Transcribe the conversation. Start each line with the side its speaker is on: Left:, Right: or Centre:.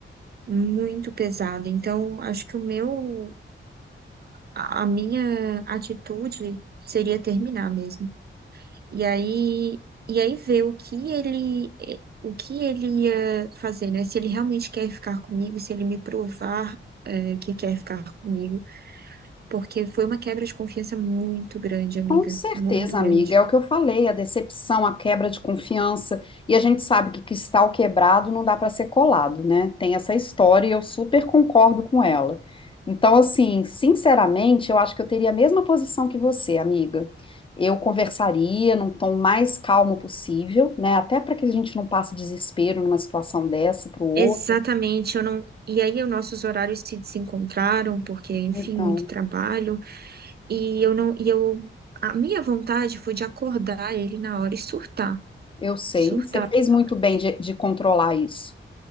Right: muito pesada. Então, acho que o meu, a a minha atitude seria terminar mesmo. E aí, e aí ver o que ele, eh, o que ele ia fazer, né? Se ele realmente quer ficar comigo, se ele me provar, eh, que quer ficar comigo, porque foi uma quebra de confiança muito grande, amiga,
Left: Com certeza,
Right: muito grande.
Left: amiga, é o que eu falei, a decepção, a quebra de confiança, e a gente sabe que cristal quebrado não dá para ser colado, né? Tem essa história e eu super concordo com ela. Então, assim, sinceramente, eu acho que eu teria a mesma posição que você, amiga. Eu conversaria num tom mais calmo possível, né? Até para que a gente não passe desespero numa situação dessa para o outro.
Right: Exatamente, eu não. E aí, os nossos horários se desencontraram, porque, enfim,
Left: Então,
Right: muito trabalho, e eu não, e eu, a minha vontade foi de acordar ele na hora e surtar,
Left: eu sei,
Right: surtar
Left: você fez
Right: totalmente.
Left: muito bem de de controlar isso.